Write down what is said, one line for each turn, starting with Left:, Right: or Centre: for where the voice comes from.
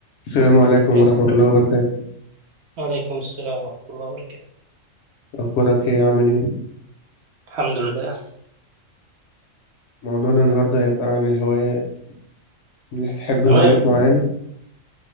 Left: السلام عليكم
Right: يسلم.
Left: ورحمة الله وبركاته
Right: وعليكم السلام ورحمة الله وبركاته
Left: أخبارك إيه عامل إيه؟
Right: الحمد لله
Left: موضوعنا النهاردة هيبقى عن الهوايات إنك تحب
Right: تمام
Left: هوايات معينة